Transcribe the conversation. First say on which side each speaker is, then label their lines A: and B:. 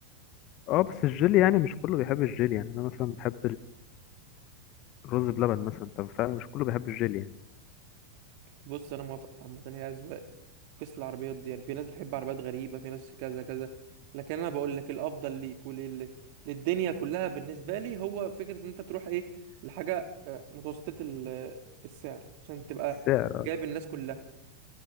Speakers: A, on the left (about 40°); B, on the right (about 45°).
A: اه بس الجيلي يعني مش كله بيحب الجيلي يعني انا مثلا بحب الرز بلبن مثلا طب فعلا مش كله بيحب الجيلي يعني
B: بص انا موافقك عامة هي أذواق قصة العربيات دي يعني في ناس بتحب عربيات غريبة في ناس كذا كذا لكن انا بقول لك الافضل ليك ولل... للدنيا كلها بالنسبة لي هو فكرة ان انت تروح ايه لحاجة آه، متوسطة ال- آه، السعر عشان تبقى
A: بس
B: جايب الناس كلها